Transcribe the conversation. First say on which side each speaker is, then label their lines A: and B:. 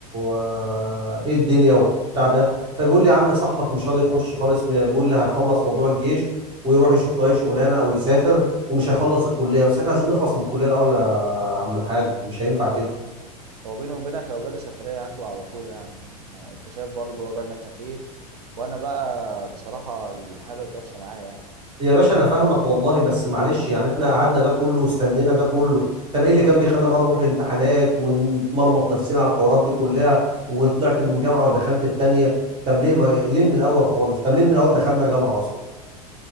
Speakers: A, on the right; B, on the right.
A: آه، ايه الدنيا وبتاع ده فبيقول لي يا عم صاحبك مش راضي يخش خالص بيقول لي هيخلص موضوع الجيش ويروح يشوف له اي شغلانه او يسافر ومش هيخلص الكليه بس احنا عايزين نخلص من الكليه الاول يا عم الحاج مش هينفع كده
B: هو بيني وبينك لو جالي سفرية هخلع على طول يعني انت شايف برضو الوضع اللي احنا فيه وانا بقى بصراحة الحياة بقت وحشة معايا يعني
A: يا باشا انا فاهمك والله بس معلش يعني احنا قعدنا ده كله واستنينا ده كله طب ايه اللي كان بيخلينا بقى نروح الامتحانات ونمرمط نفسنا على الحوارات دي كلها وطلعت من جامعة ودخلت التانية طب ليه ما إيه، ليه من الاول خالص طب ليه من الاول دخلنا جامعة اصلا